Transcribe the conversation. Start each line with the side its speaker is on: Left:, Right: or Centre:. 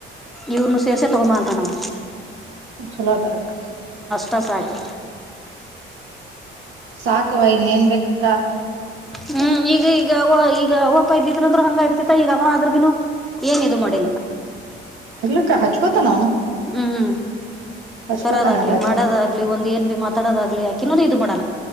Centre: ಇವ್ರನು ಸೇಷೆ ತಗೊ ಮಾ ಅಂತಾನವ
Right: ಸುಲದ ರಕ್ಕ
Centre: ಕಾಸಾಯ ಕ
Right: ಸಾಕವಾ ಇನ್ನೇನ್ ಬೇಕಕ್
Centre: ಹ್ಮ್ ಈಗ ಈಗ ಈಗ ಒಪ್ಪ ಇದ್ದಿದ್ರಂದ್ರ ಹಂಗ ಇರ್ತಿ ಈಗ ಆದ ಬಿನು ಏನ್ ಇದು ಮಾಡಿಲ್ಲ
Right: ಇರ್ಲಕ್ಕ ಹಚ್ಕೊತ ನ ಅವನು
Centre: ಹ್ಮ್
Right: ಹಚ್ಕೋತಾನ
Centre: ತರೋದಾಗ್ಲಿ
Right: ಎಲ್ಲಾ
Centre: ಮಾಡೋದಾಗ್ಲಿ
Right: ಚಲೋನ
Centre: ಒಂದ್ ಏನ್ ಭ ಮಾತಾಡೋದಾಗ್ಲಿ ಯಾಕನ ಇದು ಮಾಡ